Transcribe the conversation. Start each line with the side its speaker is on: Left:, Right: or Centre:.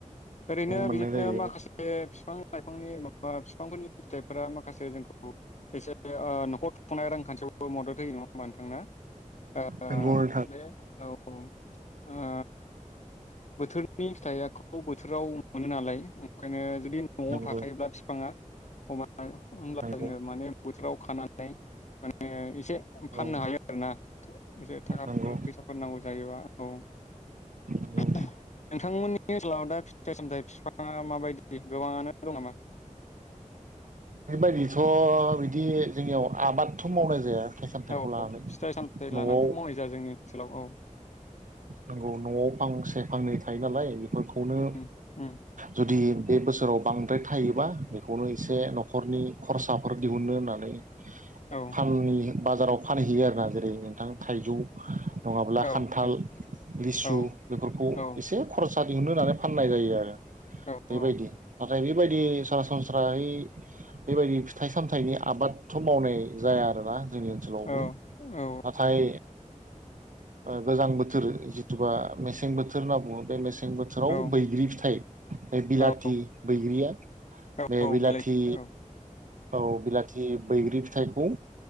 Left: ओरैनो
Right: मोननाय
Left: बिदिनो
Right: जायो
Left: माखासे बिफां लाइफांनि बा बिफांफोरनि फिथाइफोरा माखासे जोंखौ एसे ओ न'खर खुंखुंनाय रांखान्थियावबो मदद होयो नङा होमबा नोंथां ना? ओ
Right: नंगौ नोंथां
Left: बे औ औ ओ बोथोरनि फिथाइआखौ बोथोराव मोनो नालाय य ओंखायनो जुदि न'आव
Right: नंगौ
Left: थाखायोब्ला बिफाङा हब्ला-होमब्ला
Right: नंगौ
Left: जोङो माने बोथोराव खानानै नै मान ओ एसे फाननो
Right: औ
Left: हायो आरोना। एसे थाखाफोर
Right: नंगौ
Left: फैसाफोर नांगौ जायोबा औ
Right: नंगौ
Left: नोंथांमोननि ओनसोलाव दा फिथाइ सामथायाइ बिफाङा माबायदि गोबाङानो दं नामा?
Right: बेबायदिथ' बिदि जोंनियाव आबादथ' मावनाय जाया। फिथाइ सामथाइखौ
Left: औ
Right: लानानै
Left: फिथाइ सामथाय
Right: न'आव
Left: लानानैथ' मावनाय जाया जोंनि ओनसोलाव औ।
Right: नंगौ न'आव फांसे फांनै थायो नालाय बे फोरखौनो
Left: उम उम
Right: जुदि बे बोसोराव बांद्राय थायोबा बेखौनो एसे न'खरनि खरसाफोर दिहुननो होननानै
Left: औ
Right: फांनि बाजाराव फानहैयो आरोना जेरै नोंथां थाइजौ नङाब्ला
Left: औ
Right: खान्थाल
Left: हायो
Right: लिसु
Left: औ
Right: बेफोरखौ
Left: औ
Right: एसे खरस सा दिहुननो होनानै फाननाय जायो आरो।
Left: औ
Right: बेबायदि
Left: औ
Right: नाथाय बेबायदि सरासनस्राहै बेबायदि फिथाइ सामथाइनि आबादथ' मावनाय जाया आरोना जोंनि ओनसोलावबो
Left: औ औ
Right: नाथाय गोजां बोथोर बोथोर जेतुबा मेसें बोथोर होनना बुङो बे मेसें से बोथोराव
Left: औ
Right: बैग्रि फिथाइ बे बिलाथि
Left: औ
Right: बैग्रिया
Left: औ
Right: बे
Left: औ
Right: बिलाथि
Left: बिलाइथि औ
Right: औ जि बैग्रि फिथाइखौ